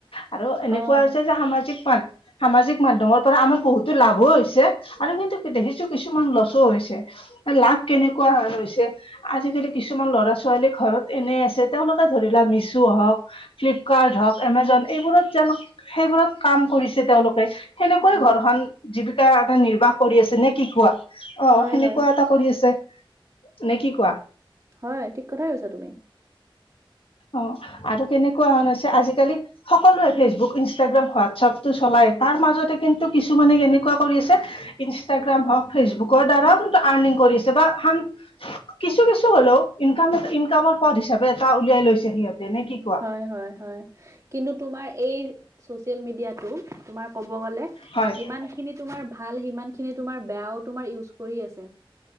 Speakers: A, on the left; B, on the right.
A: আৰু এনেকুৱা
B: অ'
A: হৈছে যে সামাজিক মাধ্য সামাজিক মাধ্যমৰ পৰা আমাৰ বহুতো লাভো হৈছে আৰু কিন্তু দেখিছোঁ কিছুমান লছো হৈছে। লাভ কেনেকুৱা হৈছে আজিকালি কিছুমান ল'ৰা ছোৱালী ঘৰতে এনেই আছে। তেওঁলোকে ধৰি লোৱা মিছু হওঁক, ফ্লিপকাৰ্ট হওঁক, এমেজন এইবোৰত যেন সেইবোৰত কাম কৰিছে তেওঁলোকে সেনেকৈ
B: উম
A: ঘৰখন জীৱিকা এটা নিৰ্বাহ কৰি আছে নে কি কোৱা অ'
B: হয়
A: সেনেকুৱাৱা
B: হয়
A: কৰি আছে নে কি কোৱা?
B: হয়, ঠিক কথাই কৈছা তুমি।
A: অ' আৰু তেনেকুৱা হৈছে আজিকালি সকলোৱে ফেচবুক, ইনষ্টাগ্ৰাম, হোৱাটছঅপ টো চলাই। তাৰ মাজতে কিন্তু কিছুমানে এনেকুৱা কৰি আছে, ইনষ্টাগ্ৰাম হওঁক ফেচবুকৰ দ্বাৰাও কিন্তু আন পেঙককৰি আছে বাহ হাম কিছু কিছু হ'লেও ইনকামএটা ইনকামৰ পথ হিচাপে এটা উলিয়াই লৈছে। সিহঁতে নে কি কোৱা
B: হয়, হয়, হয়। কিন্তু তোমাৰ এই ছ'চিয়েল মিডিয়াটো তোমাৰ ক'ব গ'লে
A: হয়
B: যিমান খিনি তোমাৰ ভাল সিমানখিনি তোমাৰ বেয়াও তোমাৰ ইউজ কৰি আছে।